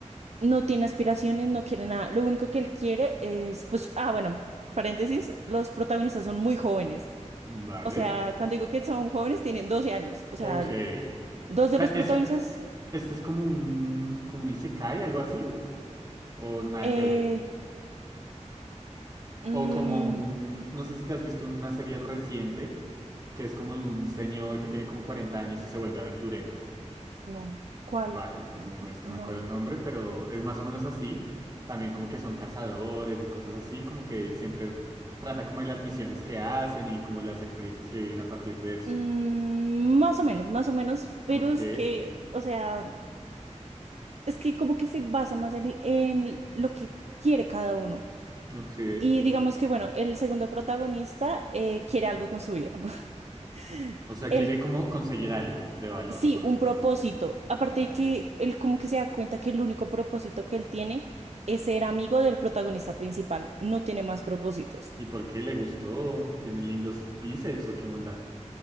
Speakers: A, on the right (about 60°); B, on the right (about 30°).
A: No tiene aspiraciones, no quiere nada. Lo único que él quiere es, pues, ah, bueno, paréntesis, los protagonistas son muy jóvenes.
B: vale.
A: O sea, cuando digo que son jóvenes, tienen 12 años. O sea,
B: Ok. O
A: dos de
B: sea,
A: los protagonistas,
B: este, este es como un, como un isekai, algo así, o nada
A: eh,
B: que ver.
A: mm,
B: O como un, no sé si te has visto una serie reciente, que es como de un señor que tiene como 40 años y se vuelve aventurero.
A: no, ¿cuál?
B: Va, es, es muy bueno, es que
A: No.
B: no me acuerdo el nombre, pero es más o menos así. También como que son cazadores y cosas así, como que siempre trata como de las misiones que hacen y como las experiencias que viven a partir de eso.
A: Mm, más o menos, más o menos, pero
B: Ok,
A: es que, o sea, es que como que se basa más en, en lo que quiere cada uno.
B: ok.
A: Y digamos que, bueno, el segundo protagonista eh, quiere algo con su vida. <laughs>
B: O sea,
A: Él,
B: quiere como conseguir algo de valor,
A: sí,
B: por decirlo
A: un propósito.
B: así.
A: Aparte
B: Ah,
A: de que
B: listo.
A: él como que se da cuenta que el único propósito que él tiene es ser amigo del protagonista principal. No tiene más propósitos.
B: ¿Y por qué le gustó? ¿Tiene lindos bíceps o qué onda?